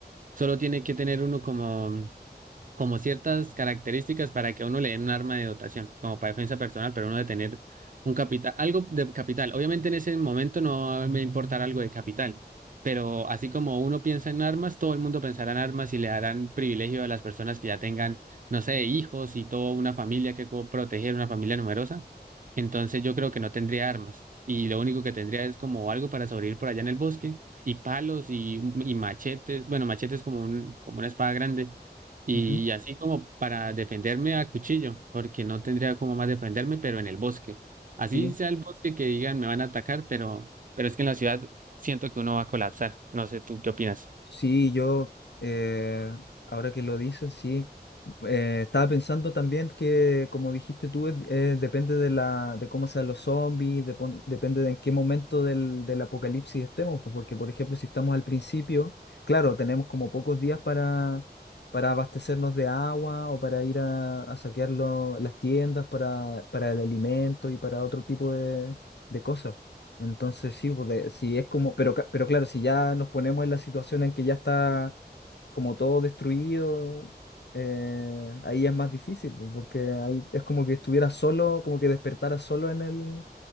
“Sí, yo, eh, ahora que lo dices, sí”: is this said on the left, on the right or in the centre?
Left